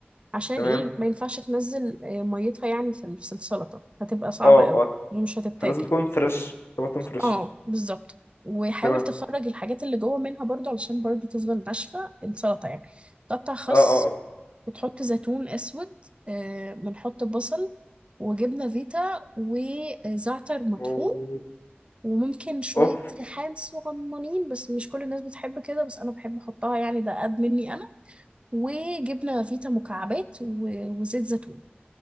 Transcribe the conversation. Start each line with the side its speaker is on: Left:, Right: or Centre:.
Right: عشان
Left: تمام
Right: ايه ما ينفعش تنزل آه، ميتها يعني في ال- في السلطه هتبقى صعبه
Left: اه
Right: قوي
Left: اه
Right: ومش هتتاكل
Left: فلازم تكون فريش طماطم فريش
Right: اه بالظبط وحاول
Left: تمام
Right: تخرج الحاجات اللي جوه منها برضو علشان برضو تفضل ناشفه السلطه يعني تقطع خس
Left: اه اه اه
Right: بتحط زيتون اسود آه، بنحط بصل وجبنه فيتا وزعتر مطحون
Left: أوه.
Right: وممكن شويه
Left: أوف
Right: ريحان صغننين بس مش كل الناس بتحب كده بس انا بحب احطها يعني ده قد مني انا وجبنه فيتا مكعبات و- وزيت زيتون